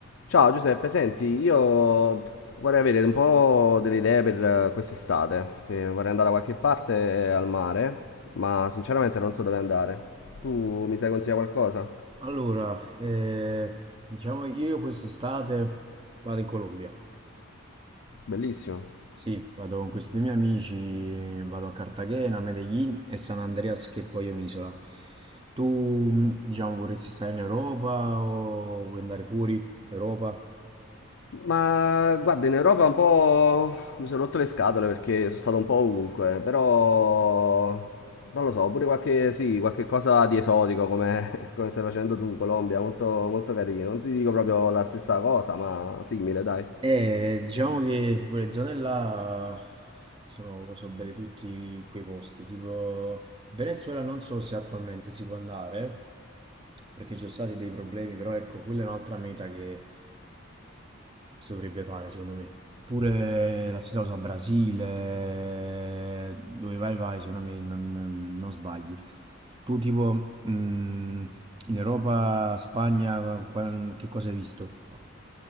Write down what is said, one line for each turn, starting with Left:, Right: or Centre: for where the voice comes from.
Left: Ciao Giuseppe, senti, io vorrei avere un po' delle idee per eh, quest'estate. Eh, vorrei andare da qualche parte eh, al mare, ma sinceramente non so dove andare. Tu mi sai consigliare qualcosa?
Right: Allora, eh, diciamo che io quest'estate vado in Colombia.
Left: Bellissimo.
Right: Sì, vado con questi due miei amici, vado a Cartagena, Medellin e San Andreas, che poi è un'isola. Tu, mh, diciamo, vorresti stare in Europa o vuoi andare fuori Europa?
Left: Ma guarda, in Europa un po' mi sono rotto le scatole perché sono stato un po' ovunque, però non lo so, pure qualche, sì, qualche cosa di esotico come, <laughs> come stai facendo tu, Colombia, molto, molto carino. Non ti dico proprio la stessa cosa, ma simile, dai.
Right: Eh, diciamo che quelle zone là sono, sono belle tutti quei posti, tipo Venezuela non so se attualmente si può andare, perché ci sono stati dei problemi, però ecco, quella è un'altra meta che si dovrebbe fare secondo me. Eppure la stessa cosa Brasile, dove vai vai, secondo me non, non sbagli. Tu tipo mm, in Europa, Spagna, qua- che cosa hai visto?